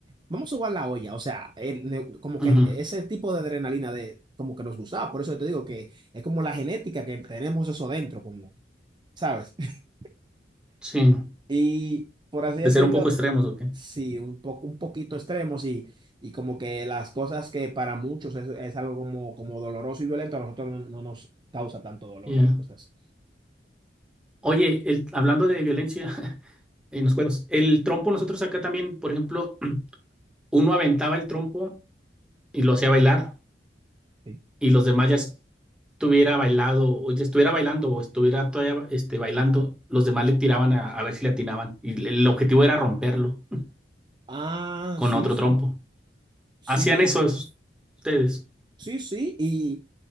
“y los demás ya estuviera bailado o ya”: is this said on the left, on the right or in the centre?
Centre